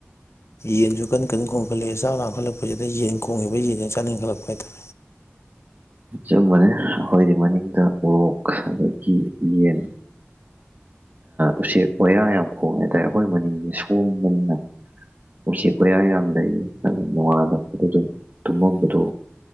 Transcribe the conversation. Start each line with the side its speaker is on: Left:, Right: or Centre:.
Left: ꯌꯦꯟꯁꯨ ꯀꯟꯅ ꯀꯟꯅ ꯈꯣꯡꯈꯠꯂꯛꯑꯦ ꯆꯥꯛ ꯂꯥꯡꯈꯠꯂꯛꯄꯁꯤꯗ ꯌꯦꯟ ꯈꯣꯡꯉꯤꯕ ꯌꯦꯟ ꯆꯅꯤꯡꯟꯈꯠꯂꯛꯄ ꯍꯥꯏꯇꯥꯥꯔꯦ꯫
Right: ꯆꯞ ꯃꯅꯩ ꯑꯩꯈꯣꯏꯗꯤ ꯃꯅꯤꯡꯗ ꯎꯔꯣꯛ ꯑꯗꯒꯤ ꯌꯦꯟ꯫ ꯎꯆꯦꯛ ꯋꯥꯌꯥ ꯌꯥꯝ ꯈꯣꯡꯉꯦ ꯍꯥꯏꯇꯥꯔꯦ ꯑꯩꯈꯣꯏ ꯃꯅꯤꯡꯁꯦ ꯁꯣꯡꯕꯅꯤꯅ ꯎꯆꯦꯛ ꯋꯥꯌꯥ ꯌꯥꯝ ꯂꯩꯌꯦ ꯑꯗꯨꯅ ꯅꯣꯡꯉꯥꯜꯂꯛꯄ ꯑꯗꯨꯝ ꯇꯨꯝꯃꯝꯕꯗꯨ